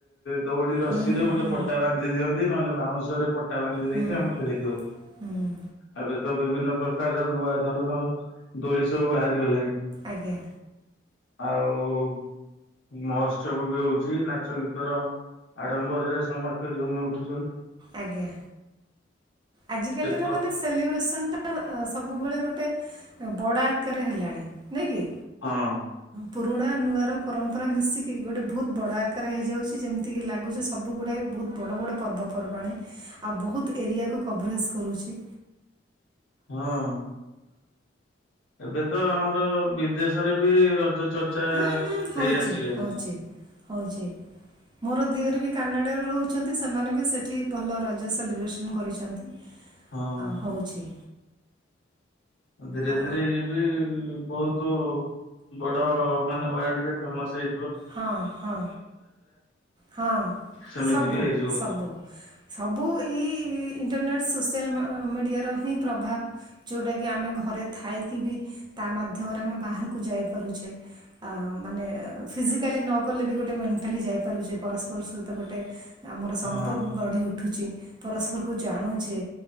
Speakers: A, on the left; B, on the right.
A: ଦୌଡ଼ି ରସିରେ
B: ହୁଁ ହୁଁ
A: ଗୋଟେ
B: ହୁଁ
A: ପଟା ବାନ୍ଧି ଦିଅନ୍ତି ନହେଲେ ବାଉଁ <unintelligible> ବାନ୍ଧି ଦେଇକି
B: ହୁଁ
A: ଆମେ ଖେଳିଦଉ
B: ହୁଁ
A: ଆ ତ ବିଭିନ୍ନ ପ୍ରକାରର ନୂଆ ଧରଣର ଦୋଳି ସବୁ ବାହାରିଗଲାଣି।
B: ଆଜ୍ଞା
A: ଆଉ ମହୋତ୍ସବ ବି ହଉଚି ନାଚ ଗୀତର ଆଡମ୍ବରରେ ସମସ୍ତେ ଝୁମି ଉଠୁ
B: ଆଜ୍ଞା ଆଜିକାଲିର
A: ସେ ପ୍ର
B: ମାନେ ସେଲିବ୍ରେସନ ଟା ସବୁବେଳେ ଗୋଟେ ବଡ଼ ଆକାରରେ ହେଲାଣି। ନାଇଁ କି?
A: ହଁ
B: ପୁରୁଣା ନୂଆର ପରମ୍ପରା ମିଶିକି ଗୋଟେ ବହୁତ ବଡ଼ ଆକାରେ ହେଇଯାଉଛି ଯେମିତିକି ଲାଗୁଛି ସବୁଗୁଡ଼ା ବହୁତ ବଡ଼ ବଡ଼ ପର୍ବ ପର୍ବାଣୀ ଆଉ ବୋହୁତ ଏରିଆକୁ କଭରେଜ କରୁଚି।
A: ହଁ। ଏବେ ତ ଆମର ବିଦେଶରେ ବି ରଜ ଚର୍ଚ୍ଚା
B: ହୁଁ ହୁଁ ହଉଛି
A: ହେଇ ଆସିଲାଣି।
B: ହଉଛି ହଉଛି ମୋର ଦିଅରୀ ବି କାନାଡ଼ାରୁ ରହୁଛନ୍ତି ସେମାନେ ବି ସେଇଠି ଭଲ ରଜ ସେଲିବ୍ରେସନ୍ କରିଛନ୍ତି। ଅ
A: ହଁ
B: ହଉଛି।
A: ଧୀରେ
B: ଆ
A: ଧୀରେ ଇଏ ବି ବହୁତ <unintelligible> ବଡ ମାନେ ୱାର୍ଲଡ ରେ ଫେମସ ହେ
B: ହଁ ହଁ ହଁ
A: ସେମିତି
B: ସବୁ
A: ବି ହେଇଯିବ
B: ସବୁ ସବୁ ଏଇ ଇଣ୍ଟରନେଟସ୍ ସୋସିଆଲ ମ ମିଡ଼ିଆର ହିଁ ପ୍ରଭାବ ଯେଉଟାକି ଆମେ ଘରେ ଥାଇକିବି ତା ମାଧ୍ୟମରେ ଆମେ ବାହାରକୁ ଯାଇପାରୁଛେ ଆ ମାନେ ଫିଜିକାଲି ନ କଲେ ବି ଗୋଟେ ମେଣ୍ଟାଲି ଯାଇପାରୁଛେ ପରସ୍ପର ସହିତ ଗୋଟେ ଆମର ସମ୍ପର୍କ
A: ହଁ
B: ଗଢି ଉଠୁଛି। ପରସ୍ପରକୁ ଜାଣୁଛେ